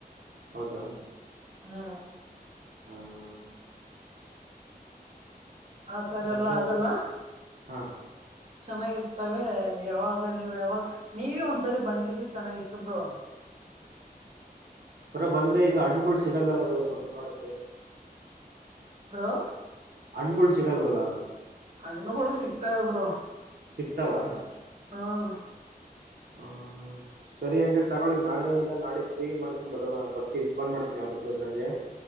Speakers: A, on the right; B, on the right.
A: ಹೌದಾ? <unintelligible>
B: ಹಾ. <unintelligible>
A: ಹಾ. <unintelligible>
B: ಆತರ
A: ಮತ್ತೆ
B: ಎಲ್ಲಾ ಆಗಲ್ಲ. <unintelligible>
A: ಹಾ
B: ಚೆನ್ನಾಗ ಇರ್ತವೆ ಯಾವಾಗ ನೀವು ಯಾವಾಗ? <unintelligible> ನೀವೇ ಒಂದ್ಸರಿ ಬಂದಿದ್ರರ ಚೆನ್ನಾಗಿತ್ತು ಬ್ರೋ. <unintelligible>
A: ಬ್ರೋ ಬಂದ್ರೆ ಈಗ ಹಣ್ಣುಗಳು ಸಿಗೋಲ್ಲ ಅಲ್ಲ ಬ್ರೋ ಸ್ವಲ್ಪ ನೋಡಕ್ಕೆ. <unintelligible>
B: ಬ್ರೋ. <unintelligible>
A: ಹಣ್ಣುಗಳು ಸಿಗೋಲವ್ವ. <unintelligible>
B: ಹಣ್ಣುಗಳು ಸಿಕ್ಕತಾವೇ ಬ್ರೋ. <unintelligible>
A: ಸಿಕ್ಕತಾವ? <unintelligible>
B: ಹಾ. <unintelligible>
A: ಹ ಸರಿ ಹಾಗಿದ್ರ ತಗೊಳ್ಳಿ ನಾಳೆ ಇಲ್ಲ ನಾಳೆದ ಫ್ರೀ ಮಾಡ್ಕೊಂಡ್ ಬರುದಾದರ ಬರ್ತೀವಿ. <unintelligible> ಫೋನ್ ಮಾಡ್ತೀನಿ ಅದಕ್ಕೂ ಸಂಜೆ. <unintelligible>